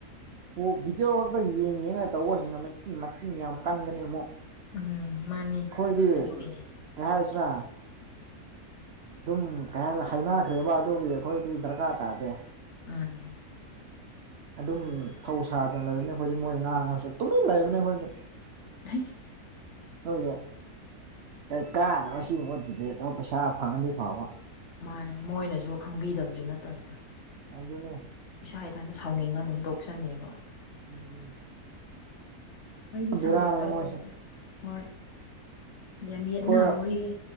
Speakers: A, on the right; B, on the left.
A: ꯄꯣꯞ ꯚꯤꯗꯤꯑꯣ ꯈꯛꯇ ꯌꯦꯡ ꯌꯦꯡꯉꯒ ꯇꯧꯕꯁꯤꯡꯗꯣ ꯃꯆꯤꯟ ꯃꯆꯤꯟ ꯌꯥꯝ ꯀꯟꯒꯅꯤ ꯑꯃꯨꯛ
B: ꯎꯝ ꯃꯥꯅꯤ
A: ꯈꯣꯏꯗꯤ
B: ꯑꯗꯨꯒꯤꯅꯤ
A: ꯀꯩ ꯍꯥꯏꯁꯤꯔ ꯗꯨꯝ ꯀꯩ ꯍꯥꯏ ꯍꯩꯏꯅꯈ꯭ꯔꯦꯕ ꯑꯗꯨꯒꯤ ꯑꯩꯈꯣꯏꯗꯤ ꯗꯔꯀꯥꯔ ꯇꯥꯗꯦ
B: ꯎꯝ
A: ꯑꯗꯨꯝ ꯊꯧꯁꯥꯗꯅ ꯂꯩꯔꯅꯤ ꯑꯈꯣꯏꯗꯤ ꯃꯣꯏꯅ ꯉꯥꯡꯂꯁꯨ ꯇꯨꯃꯤꯟꯅ ꯂꯩꯕꯅꯦ ꯑꯈꯣꯏꯗꯤ
B: <unintelligible>
A: ꯅꯣꯏꯖꯦ ꯀꯩ ꯀꯥꯟꯅꯕ ꯁꯤꯒꯨꯝꯕ ꯗꯤꯕꯦꯠ ꯇꯧꯔꯒ ꯄꯩꯁꯥ ꯐꯪꯉꯗꯤ ꯐꯕ
B: ꯃꯥꯅꯦ ꯃꯣꯏꯅꯖꯨ ꯈꯪꯕꯤꯗꯕꯖꯨ ꯅꯠꯇꯞꯗꯣ
A: ꯑꯗꯨꯅꯦ
B: ꯏꯁꯥ ꯏꯊꯟꯇ ꯁꯥꯎꯅꯤꯡꯉ ꯑꯗꯨꯝ ꯇꯣꯛꯆꯅꯦꯕ
A: ꯎꯝ
B: ꯑꯩꯗꯤ
A: ꯕꯦꯔꯥꯅꯤ
B: ꯁꯒꯣꯇ
A: ꯃꯣꯏꯁꯦ
B: ꯇꯧꯗꯦ <unintelligible> ꯍꯣꯏ ꯌꯥꯝ ꯌꯦꯠꯅ
A: ꯐꯣꯔ
B: ꯍꯧꯔꯤꯌꯦ